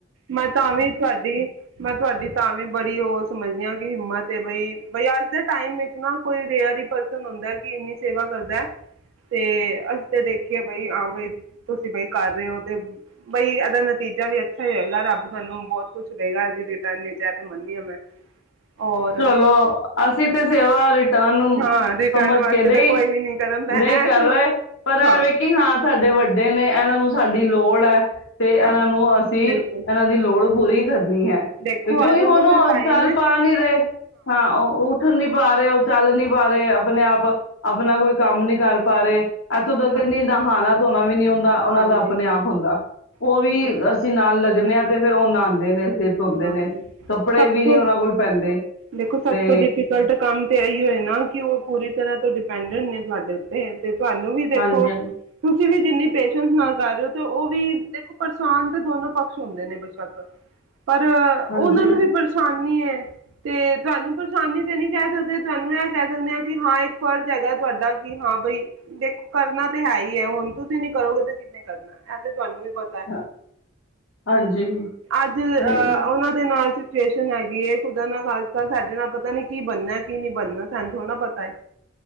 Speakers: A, on the right (about 70°); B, on the left (about 65°).
A: ਮੈਂ ਤਾਂ ਵੀ ਤੁਆਡੀ, ਮੈਂ ਤੁਆਡੀ ਤਾਂ ਵੀ ਬੜੀ ਉਹ ਸਮਝਦੀ ਆ ਕਿ ਹਿੰਮਤ ਏ ਬਈ। ਬਈ ਅੱਜ ਦੇ ਟਾਈਮ ਇੱਚ ਨਾ ਕੋਈ ਰੇਅਰ ਹੀ ਪਰਸਨ ਹੁੰਦੈ, ਕਿ ਇੰਨੀ ਸੇਵਾ ਕਰਦਾ ਐ। ਤੇ ਅਸੀਂ ਤੇ ਦੇਖੀ ਏ ਬਾਈ, ਹਾਂ ਬਈ ਤੁਸੀਂ ਬਈ ਕਰ ਰਹੇ ਓ ਤੇ, ਬਈ ਇਹਦਾ ਨਤੀਜਾ ਵੀ ਅੱਛ ਛਾ ਈ ਹੋਏਗਾ, ਰੱਬ ਤੁਆਨੂੰ ਬਹੁਤ ਕੁਛ ਦਏਗਾ, ਏਸ ਦੀ ਰਿਟਰਨ ਇੱਚ ਐਹ ਤੇ ਮੰਨਨੀ ਆ ਮੈਂ। ਔਰ
B: ਚਲੋ ਅਸੀਂ ਤੇ ਸੇਵਾ ਰਿਟਰਨ
A: ਹਾਂ ਰਿਟਰਨ
B: ਸਮਝ
A: ਵਾਸਤੇ
B: ਕੇ ਨਹੀਂ
A: ਤਾਂ ਕੋਈ ਵੀ ਨਹੀਂ ਕਦਮ ਮੈਂ
B: ਨਹੀਂ
A: ਇਹ
B: ਕਰ
A: ਤਾਂ
B: ਰਹੇ। ਪਰ
A: ਹਾਂ
B: ਐ ਵੈ ਕਿ ਹਾਂ, ਸਾਡੇ ਵੱਡੇ ਨੇ ਇਹਨਾਂ ਨੂੰ ਸਾਡੀ ਲੋੜ ਐ। ਤੇ ਏਹਨਾਂ
A: ਹਾਂ
B: ਨੂੰ ਅਸੀਂ,
A: ਬਿਲਕੁਲ
B: ਏਹਨਾਂ ਦੀ ਲੋੜ ਪੂਰੀ ਕਰਨੀ ਹੈ।
A: ਦੇਖੋ
B: ਤੇ ਕਿਉਂਕਿ
A: ਅੱਜ
B: ਹੁਣ
A: ਉਹਨਾਂ
B: ਓਹ
A: ਦਾ ਟਾਈਮ
B: ਚੱਲ
A: ਹੈ
B: ਪਾ ਨੀ ਰਹੇ। ਹਾਂ। ਓਹ ਉੱਠ ਨੀ ਪਾ ਰਹੇ, ਉਹ ਚੱਲ ਨੀ ਪਾ ਪਾ ਰਹੇ, ਅਪਣੇ ਆਪ, ਅਪਣਾ ਕੋਈ ਕੰਮ ਨੀ ਕਰ ਪਾ ਰਹੇ। ਇੱਥੋਂ ਤੱਕ
A: ਹਾਂ
B: ਨੀ, ਨਹਾਣਾ ਧੋਣਾ ਵੀ ਨੀ ਹੁੰਦਾ, ਉਹਨਾਂ
A: ਹਾਂਜੀ
B: ਦਾ ਅਪਣੇ ਆਪ ਹੁੰਦਾ। ਉਹ
A: ਉਹੀ
B: ਵੀ
A: ਤਾਂ
B: ਅਸੀਂ ਨਾਲ ਲ ਗਨੇ ਆ ਤੇ, ਫੇਰ ਉਹ ਨਾਂਦੇ ਨੇ। ਥੇ ਧੋਂਦੇ
A: ਹਾਂ
B: ਨੇ, ਕੱਪੜੇ
A: ਸਭ
B: ਵੀ ਨੀ
A: ਤੋਂ
B: ਉਹਨਾਂ ਕੋਲ ਪੈਂਦੇ
A: ਦੇਖੋ, ਸਭ
B: ਤੇ
A: ਤੋਂ ਡਿਫੀਕਲਟ ਕੰਮ ਤੇ ਐਈਓ ਐ ਨਾ ਕਿ ਉਹ ਪੂਰੀ ਤਰ੍ਹਾਂ ਤੋਂ, ਡਿਪੈਂਡਡੈਂਟ ਨੇ ਤੁਆਡੇ ਉੱਤੇ ਤੇ ਤੁਆਨੂੰ ਵੀ ਦੇਖੋ,
B: ਹਾਂਜੀ
A: ਤੁਸੀਂ ਵੀ ਜਿੰਨੀ ਪੇਸ਼ੈਂਸ ਨਾਲ ਕਰ ਰਹੇ ਓ, ਤੇ ਓਹ ਵੀ ਦੇਖੋ, ਪਰੇਸ਼ਾਨ ਤੇ ਦੋਨੋ ਪੱਕਸ਼ ਹੁੰਦੇ ਨੇ ਬੇਸ਼ੱਕ। ਪਰ ਓਹਨਾਂ
B: ਹਾਂਜੀ ਹਾਂਜੀ
A: ਨੂੰ ਵੀ ਪਰੇਸ਼ਾਨੀ ਐਂ ਤੇ ਤੁਆਨੂੰ ਪਰੇਸ਼ਾਨੀ ਤੇ ਨੀ ਕਹਿ ਸਕਦੇ, ਤੁਆਨੂੰ ਐਹ ਕਹਿ ਸਕਨੇ ਆਂ ਕਿ ਹਾਂ ਇੱਕ ਫਰਜ਼ ਹੈਗਾ ਤੁਆਡਾ ਕਿ ਹਾਂ ਬਈ, ਦੇਖੋ ਕਰਨਾ ਤੇ ਹੈ ਈ ਐ ਹੁਣ, ਤੁਸੀਂ ਨੀ ਕਰੋਗੇ ਤੇ ਕਿਨੇਂ ਕਰਨਾ। ਐਹ ਤੇ ਤੁਆਨੂੰ ਵੀ ਪਤਾ ਐ।
B: ਹਾਂ- ਹਾਂਜੀ
A: ਅੱਜ ਅ-ਓਹਨਾਂ
B: ਤੇ
A: ਦੇ ਨਾਲ ਆ ਸਿਚੁਏਸ਼ਨ ਹੈਗੀ ਏ। ਖੁਦਾ ਨਾ ਖਾਸਤਾ ਸਾਡੇ ਨਾ ਪਤਾ ਨੀ ਕੀ ਬਣਨਾ ਐ, ਕੀ ਨੀ ਬਣਨਾ। ਸਾਨੂੰ ਥੋੜ੍ਹਾ ਨਾ ਪਤਾ ਏ।